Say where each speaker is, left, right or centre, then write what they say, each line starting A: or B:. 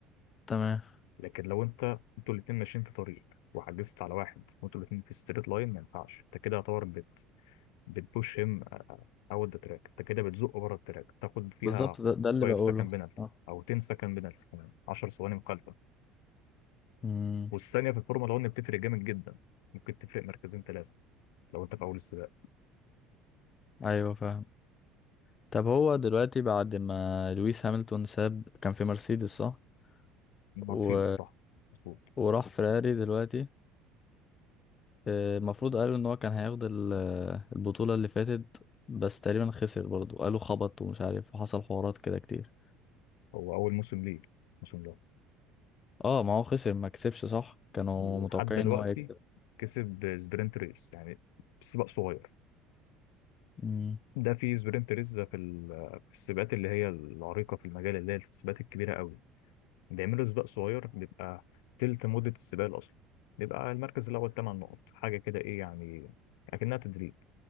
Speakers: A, on the left; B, on the left.
A: تمام
B: لكن لو انت انتوا الاتنين ماشيين في طريق وحجزت على واحد وانتوا الاتنين في ستريت لاين ما ينفعش انت كده يعتبر بت بتبوش هيم اوت ذا تراك انت كده بتزقه بره التراك تاخد فيها
A: بالظبط ده, ده اللي
B: 5
A: بقوله
B: سكند بينالتي
A: اه
B: او 10 سكند بينالتي كمان 10 ثواني مخالفه
A: امم
B: والثانيه في الفورمولا 1 بتفرق جامد جدا ممكن تفرق مركزين ثلاثه لو انت في اول السباق
A: ايوه فاهم طب هو دلوقتي بعد ما لويس هامilton ساب كان في مرسيدس صح
B: مرسيدس
A: و...
B: صح مظبوط
A: وراح فراري دلوقتي آه، المفروض
B: مظبوط
A: قالوا ان هو كان هياخد ال- البطولة اللي فاتت بس تقريبا خسر برضه قالوا خبط ومش عارف وحصل حوارات كده كتير
B: هو اول موسم ليه الموسم ده
A: اه ما هو خسر ما كسبش صح كانوا
B: ولحد
A: متوقعين
B: دلوقتي
A: ان هو يكسب
B: كسب سبرنت ريس يعني سباق صغير
A: اه
B: ده في سبرنت ريس ده في ال- في السباقات اللي هي العريقة في المجال اللي هي السباقات الكبيرة قوي بيعملوا سباق صغير بيبقى تلت مدة السباق الأصلي بيبقى المركز الأول تمن نقط حاجة كده إيه يعني أكنها تدريب